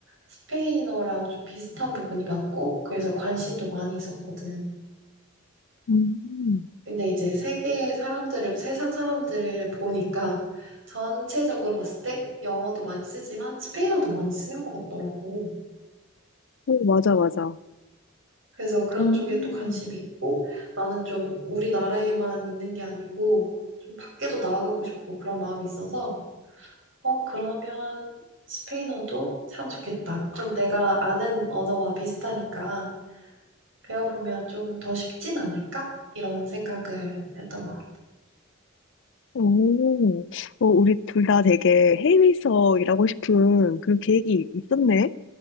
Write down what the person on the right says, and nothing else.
스페인어랑 좀 비슷한 부분이 많고 그래서 관심도 많이 있었거든.
근데 이제 세계 사람들을 세상 사람들을 보니까 전체적으로 봤을 때 영어도 많이 쓰지만 스페인어도 많이 쓰는 것 같더라고.
그래서 그런
쪽에 또 관심이 있고, 나는 좀 우리나라에만 있는 게 아니고, 좀 밖에도 나아가고 싶고 그런 마음이 있어서, 어, 그러면 스페인어도 참 좋겠다. 좀 내가 아는 언어와 비슷하니까 배워보면 좀 더 쉽진 않을까? 이런 생각을 했던 거.